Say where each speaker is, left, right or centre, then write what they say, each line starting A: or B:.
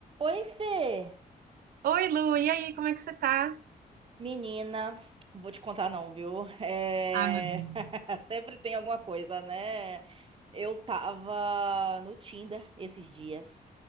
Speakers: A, on the right (about 35°); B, on the right (about 80°).
A: Oi, Fê!
B: Oi, Lu, e aí, como é que você tá?
A: Menina, não vou te contar não, viu? É...
B: Ai, meu Deus.
A: <laughs> Sempre tem alguma coisa, né? Eu tava no Tinder esses dias.